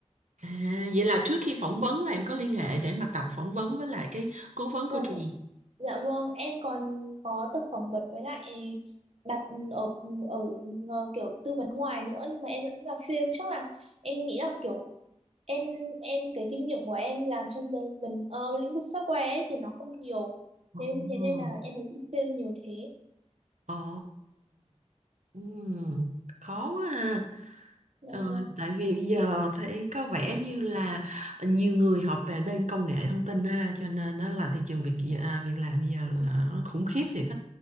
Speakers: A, on the right; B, on the right.
A: À, vậy là trước khi phỏng vấn là em có liên hệ để mà tập phỏng vấn với lại cái cố vấn của
B: dạ,
A: truyền.
B: vâng. dạ vâng em còn có tập phỏng vấn với lại đặt ở, ở ở kiểu tư vấn ngoài nữa nhưng mà em vẫn là fail chắc là em nghĩ là kiểu em em cái kinh nghiệm của em làm trong bên bên- ờ, lĩnh vực software ấy, thì nó không nhiều
A: Ồ,
B: nên thế nên là em mới bị fail nhiều thế
A: ồ, ừm, khó quá ha.
B: dạ
A: Ờ,
B: vâng
A: tại vì bây giờ thấy có vẻ như là nhiều người học về bên công nghệ thông tin ha, cho nên nó là thị trường việc à, việc làm bây giờ là nó khủng khiếp thiệt á.